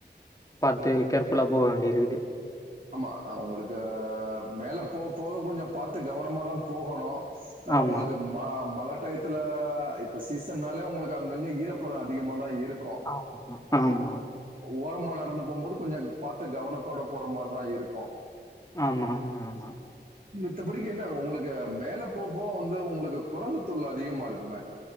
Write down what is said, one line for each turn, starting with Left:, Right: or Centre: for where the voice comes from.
Left: பாத்து கேர்புல்லா போக வேண்டிருக்குது
Right: ஆமா அவங்களுக்கு மேல போக போக கொஞ்சம் பாத்து கவனமாதான் போகணோ
Left: ஆமா.
Right: உங்களுக்கு மா மழ டயத்துல இப்ப சீசன்னாலே உங்களுக்கு அங்கங்க ஈரப்பதம் அதிகமா தா இரு இருக்கும்
Left: ஆமா, ஆமா,
Right: ஓரமா நடந்து போம்போது கொஞ்சம் பாத்து கவனத்தோட போறமாரி தா இருக்கும்
Left: ஆமா ஆமா ஆமா
Right: மிச்சபடிக்கு என்ன உங்களுக்கு மேல போகபோக வந்து உங்களுக்கு குரங்கு தொல்ல அதிகமா இருக்குமே